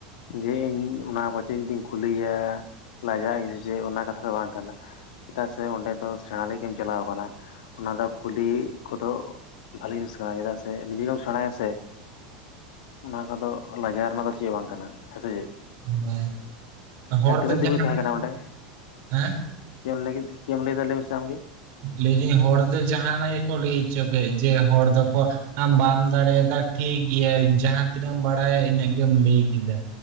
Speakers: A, on the left (about 80°); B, on the right (about 55°).
A: ᱡᱮ ᱤᱧ ᱚᱱᱟ ᱠᱚᱪᱮ ᱡᱩᱫᱤᱧ ᱠᱩᱞᱤᱭᱟ ᱞᱟᱡᱟᱜ ᱤᱧ ᱥᱮ ᱪᱮᱫ ᱚᱱᱟ ᱠᱟᱛᱷᱟ ᱫᱚ ᱵᱟᱝ ᱠᱟᱱᱟ ᱪᱮᱫᱟᱜ ᱥᱮ ᱚᱸᱰᱮ ᱫᱚ ᱥᱮᱬᱟ ᱞᱟᱹᱜᱤᱛ ᱮᱢ ᱪᱟᱞᱟᱣ ᱟᱠᱟᱱᱟ ᱚᱱᱟ ᱫᱚ ᱠᱩᱞᱤ ᱠᱚᱫᱚ ᱵᱟᱷᱹᱞᱮ ᱡᱤᱱᱤᱥ ᱠᱟᱱᱟ ᱪᱮᱫᱟᱜ ᱥᱮ ᱱᱤᱡᱮᱜᱮᱢ ᱥᱮᱬᱟᱭᱟ ᱥᱮ ᱚᱱᱟ ᱠᱚᱫᱚ ᱞᱟᱡᱟᱣ ᱨᱮᱱᱟᱜ ᱫᱚ ᱪᱮᱫ ᱵᱟᱝ ᱠᱟᱱᱟ ᱦᱮᱸᱥᱮ ᱪᱮᱫ
B: ᱦᱳᱭ ᱦᱚᱲ
A: ᱟᱨ ᱛᱤᱱᱟᱹᱜ
B: ᱫᱚ ᱡᱟᱦᱟᱸ
A: ᱫᱤᱱ ᱵᱤᱱ ᱛᱟᱦᱮᱸ ᱠᱟᱱᱟ ᱚᱸᱰᱮ
B: ᱦᱮᱸ
A: ᱪᱮᱫ ᱮᱢ ᱞᱟᱹᱭ ᱠᱮᱫᱟ ᱪᱮᱫ ᱮᱢ ᱞᱟᱹᱭ ᱢᱮᱥᱮ ᱟᱢ ᱜᱮ
B: ᱞᱟᱹᱭᱫᱟᱹᱧ ᱦᱚᱲ ᱫᱚ ᱡᱟᱦᱟᱱᱟᱜ ᱜᱮᱠᱚ ᱞᱟᱹᱭ ᱦᱚᱪᱚ ᱠᱮᱫ ᱡᱮ ᱦᱚᱲ ᱫᱚᱠᱚ ᱟᱢ ᱵᱟᱢ ᱫᱟᱲᱮᱭᱟᱫᱟ ᱴᱷᱤᱠᱜᱭᱟ ᱡᱟᱦᱟᱸ ᱛᱤᱱᱟᱹᱜ ᱮᱢ ᱵᱟᱲᱟᱭᱟ ᱤᱱᱟᱹᱜ ᱜᱮᱢ ᱞᱟᱹᱭ ᱠᱮᱫᱟ